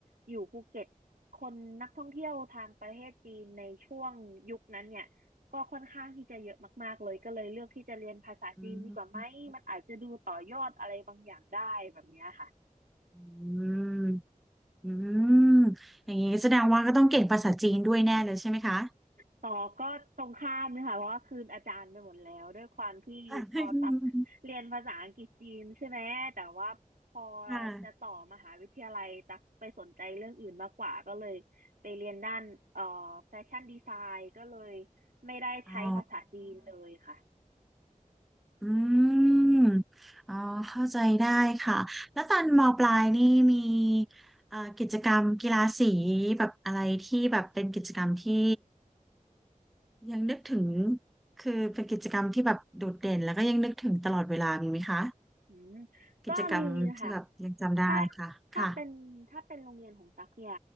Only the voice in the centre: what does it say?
อืมอืมอืมอย่างนี้แสดงว่าก็ต้องเก่งภาษาจีนด้วยแน่เลยใช่ไหมคะ
<laughs> ค่ะ
อ๋อ อืมอ๋อเข้าใจได้ค่ะแล้วตอนมปลายนี่มีเอ่อกิจกรรมกีฬาสีแบบอะไรที่แบบเป็นกิจกรรมที่ยังนึกถึงคือเป็นกิจกรรมที่แบบโดดเด่นแล้วก็ยังนึกถึงตลอดเวลามีไหมคะ
กิจกรรมที่แบบยังจำได้ค่ะค่ะ